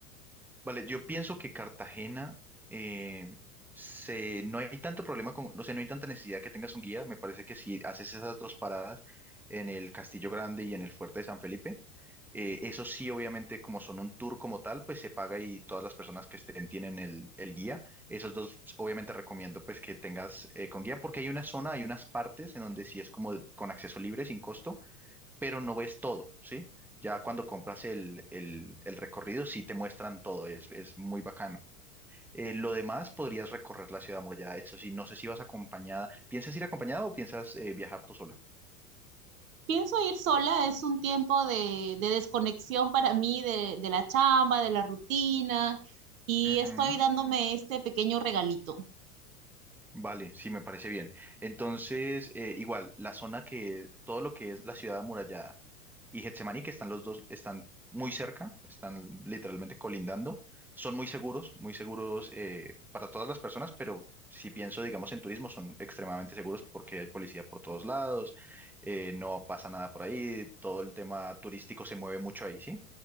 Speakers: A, in the centre; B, on the right.
A: Vale, yo pienso que Cartagena eh, se, no hay tanto problema con, no sé, no hay tanta necesidad que tengas un guía. Me parece que si haces esas dos paradas en el Castillo Grande y en el Fuerte de San Felipe, Eh, eso sí, obviamente, como son un tour como tal, pues se paga y todas las personas que estén tienen el, el guía. Esos dos, obviamente, recomiendo pues que tengas eh, con guía, porque hay una zona, hay unas partes en donde sí es como con acceso libre, sin costo, pero no ves todo, ¿sí? Ya cuando compras el, el- el recorrido, sí te muestran todo, es, es muy bacano. Eh, lo demás, podrías recorrer la ciudad amurallada, eso sí, no sé si vas acompañada. ¿Piensas ir acompañada o piensas eh, viajar tú sola?
B: Pienso ir sola, es un tiempo de, de desconexión para mí de, de la chamba, de la rutina, y
A: Ujú.
B: estoy dándome este pequeño regalito.
A: Vale, sí, me parece bien. Entonces, eh, igual, la zona que, todo lo que es la ciudad amurallada y Getsemaní, que están los dos, están muy cerca, están literalmente colindando, son muy seguros, muy seguros eh, para todas las personas, pero si pienso, digamos, en turismo, son extremadamente seguros porque hay policía por todos lados, eh, no pasa nada por ahí, todo el tema turístico se mueve mucho ahí, ¿sí?